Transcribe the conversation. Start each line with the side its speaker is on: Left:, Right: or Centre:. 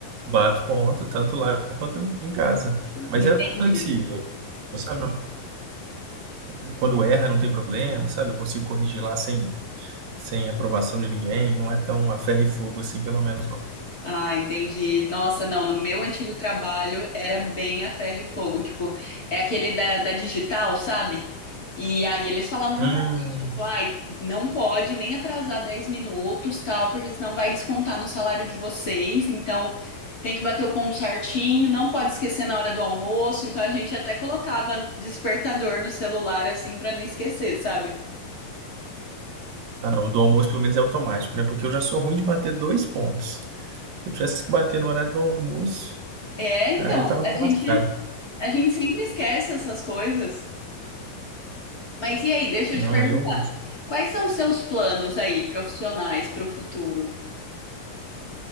Right: Bato ponto, tanto lá quanto em casa. Mas
Left: Entendi.
Right: é flexível, sabe? Não tem- Quando erra, não tem problema, sabe? Eu consigo corrigir lá sem, sem aprovação de ninguém. Não é tão a ferro e fogo assim, pelo menos não.
Left: Ah, entendi. Nossa, não, no meu antigo trabalho era bem a ferro e fogo, tipo, é aquele da, da digital, sabe? E aí eles falavam
Right: Hum.
Left: pra gente, tipo, ai, não pode nem atrasar 10 minutos, tal, porque senão vai descontar no salário de vocês, então tem que bater o ponto certinho, não pode esquecer na hora do almoço, então a gente até colocava despertador no celular, assim, pra não esquecer, sabe?
Right: Ah, não. O do almoço, pelo menos, é automático, né? Porque eu já sou ruim de bater dois pontos. Se eu tivesse que bater no horário do almoço,
Left: É, então,
Right: aí eu tava
Left: a gente,
Right: lascado.
Left: a gente sempre esquece essas coisas. Mas e aí, deixa
Right: Não,
Left: eu te perguntar,
Right: eu.
Left: quais são os seus planos aí, profissionais, para o futuro?